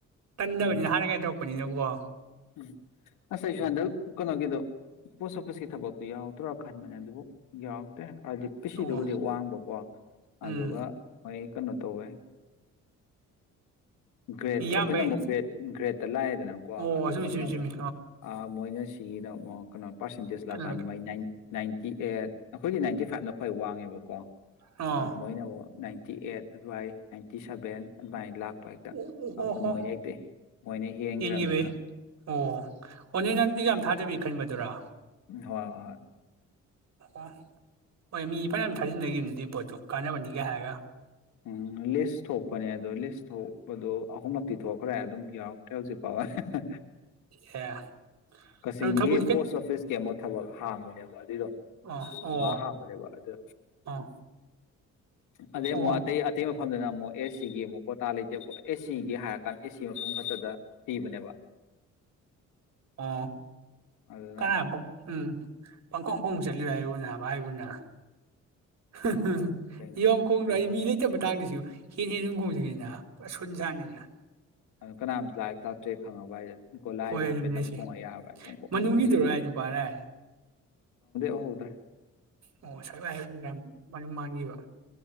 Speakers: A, on the right; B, on the left.
A: ꯇꯟꯗꯕꯅꯤꯅ
B: ꯎꯝ
A: ꯍꯥꯟꯅ ꯀꯩꯅꫭ ꯊꯣꯛꯔꯛꯄꯅꯤꯅꯀꯣ
B: ꯎꯝ ꯑꯩꯁꯨ ꯍꯟꯗꯛ ꯀꯩꯅꯣꯒꯤꯗꯣ ꯄꯣꯁ ꯑꯣꯐꯤꯁꯀꯤ ꯊꯕꯛꯇꯣ ꯌꯥꯎ ꯔꯛꯀꯗ꯭ꯔꯥ ꯈꯟꯕꯅꯦ ꯑꯗꯨꯕꯨ ꯌꯥꯎꯔꯛꯇꯦ ꯍꯥꯏꯗꯤ ꯄꯤꯁꯤꯗꯨꯕꯨꯗꯤ
A: ꯑꯣ
B: ꯋꯥꯡꯕꯀꯣ
A: ꯎꯝ
B: ꯑꯗꯨꯒ ꯃꯣꯏ ꯀꯩꯅꯣ ꯇꯧꯕꯩ ꯒ꯭ꯔꯦꯠꯇꯣ
A: ꯏꯌꯥꯝꯕꯩ
B: ꯑꯩꯈꯣꯏꯅ ꯑꯃꯨꯛ ꯒ꯭ꯔꯦꯠ ꯒ꯭ꯔꯦꯠ꯫ <unintelligible> ꯅꯪ ꯀꯣ
A: ꯑꯣ
B: ꯑꯗꯨ
A: ꯆꯨꯝꯃꯤ
B: ꯃꯣꯏꯅ
A: ꯆꯨꯝꯃꯤ
B: ꯑꯃꯨꯛ
A: ꯆꯨꯝꯃꯤ
B: ꯑꯥ ꯃꯣꯏꯅ <unintelligible> ꯄ꯭ꯔꯁꯦꯟꯇꯦꯁ
A: ꯀꯩꯅꯣꯗ
B: ꯂꯥꯛꯀꯥꯟ ꯃꯣꯏ ꯅꯥꯏꯟ ꯅꯥꯏꯟꯇꯤ ꯑꯦꯠ ꯑꯩꯈꯣꯏꯗꯤ ꯅꯥꯏꯟꯇꯤ ꯐꯥꯏꯚꯅ ꯈ꯭ꯋꯥꯏ ꯋꯥꯡꯉꯦꯕꯀꯣ꯫
A: ꯑꯥ
B: ꯑꯗꯨ ꯃꯣꯏꯅ ꯅꯥꯏꯟꯇꯤ ꯑꯦꯠ ꯑꯗꯨꯋꯥꯏ ꯅꯥꯏꯟꯇꯤ ꯁꯕꯦꯟ ꯑꯗꯨꯃꯥꯏ ꯂꯥꯛ ꯍꯦꯛꯇ
A: ꯑꯣ
B: ꯑ-ꯃꯣꯏꯅ
A: ꯍꯣ
B: ꯍꯦꯛꯇ ꯃꯣꯏꯅ ꯍꯦꯟꯒ꯭ꯔꯝꯅꯤꯅ
A: ꯌꯦꯟꯒꯤꯕꯩ ꯑꯣ ꯑꯣ ꯅꯣꯏꯅꯥꯟ ꯑꯦꯛꯖꯥꯝ ꯊꯥꯗꯕꯤ ꯈꯟꯕꯗꯨꯔꯥ
B: ꯍꯣꯏ ꯍꯣꯏ꯫
A: ꯑꯣ ꯍꯣꯏ ꯃꯤ ꯐꯅꯌꯥꯝ ꯊꯥꯖꯤꯟꯅꯒꯤꯕꯅꯤ ꯗꯨꯏ ꯄꯣꯠꯇꯨ ꯀꯥꯟꯅꯕꯅꯤꯒ ꯍꯥꯏꯔꯒ
B: ꯎꯝ ꯂꯤꯁ ꯊꯣꯛꯄꯅꯦ ꯑꯗꯣ ꯂꯤꯁ ꯊꯣꯛꯄꯗꯣ ꯑꯍꯨꯝꯂꯛꯇꯤ ꯊꯣꯛꯈ꯭ꯔꯦ ꯑꯗꯨꯝ ꯌꯥꯎꯔꯛꯇꯦ ꯍꯧꯖꯤꯛ ꯐꯥꯎꯕ ꯍ-ꯍ
A: ꯑꯦ
B: ꯀꯛꯆꯤꯡꯒꯤ
A: ꯑꯗꯨ ꯊꯕꯛꯇꯤ ꯀꯩꯅꯣ
B: ꯄꯣꯁ ꯑꯣꯐꯤꯁꯀꯤ ꯑꯃ ꯊꯕꯛ ꯍꯥꯡꯕꯅꯦꯕ <unintelligible>
A: ꯑꯣ ꯑꯣ
B: ꯑꯃ ꯍꯥꯡꯕꯅꯦꯕ ꯑꯗꯨ
A: ꯑꯣ
B: ꯑꯗꯩ
A: ꯑꯣ
B: ꯑꯃꯨꯛ ꯑꯇꯩ ꯑꯇꯩ ꯃꯐꯝꯗꯅ ꯑꯃꯨꯛ ꯑꯦꯁꯁꯤꯒꯤ ꯑꯃꯨꯛ ꯀꯣꯇꯥ ꯂꯩꯇꯦꯕ ꯑꯦꯁꯁꯤꯒꯤ ꯍꯥꯏꯔꯀꯥꯟ ꯑꯦꯁꯁꯤꯒꯤ ꯃꯐꯝ ꯈꯛꯇꯗ ꯄꯤꯕꯅꯦꯕ
A: ꯑꯣ
B: ꯑꯗꯨꯅ
A: <unintelligible> ꯎꯝ꯫ ꯄꯪꯈꯣꯡ ꯈꯣꯡ ꯆꯠꯂꯤꯔ ꯍꯥꯏꯕꯨꯅꯥꯕ ꯍꯥꯏꯕꯨꯅꯥ꯫ ꯍ-ꯍꯨ
B: ꯉꯥꯎꯔꯦ ꯀꯩꯅꯣ
A: ꯌꯣꯡꯈꯣꯡꯗ꯭ꯔ
B: ꯀꯩꯗꯣ
A: ꯑꯩ ꯃꯤ ꯂꯩꯇꯕ ꯃꯇꯥꯡꯗꯁꯨ꯫ ꯍꯦꯟ ꯍꯦꯟꯒꯁꯨꯝ ꯈꯣꯡ <unintelligible> ꯏ ꯅꯥ <unintelligible> ꯖꯥꯅꯤꯅ꯫
B: ꯀꯅꯥꯝꯖꯨ ꯂꯥꯛ- ꯂꯥꯛꯇ꯭ꯔꯦ ꯈꯪꯉꯕ ꯑꯥꯏꯖꯦ ꯒꯣꯂꯥꯏꯗꯣ
A: ꯍꯣꯏ
B: ꯍꯥꯏꯐꯦꯠꯇꯪ
A: ꯑꯗꯨꯅꯦ ꯁꯤ
B: ꯈꯣꯡꯉ ꯌꯥꯔꯕ꯭ꯔꯥ ꯑꯥꯏ ꯄꯨꯡ ꯀꯣꯡꯗ
A: ꯃꯅꯨꯡꯒꯤꯗꯨꯔ
B: ꯈꯣꯡꯖꯤꯜꯂꯤ꯫
A: ꯍꯥꯏ ꯅꯨꯄꯥꯔ
B: <unintelligible> ꯎꯍꯧꯗ꯭ꯔꯦ꯫
A: ꯑꯣ ꯁꯥ <unintelligible> ꯕꯅꯤꯅ <unintelligible> ꯃꯥꯡꯒꯤꯕ꯫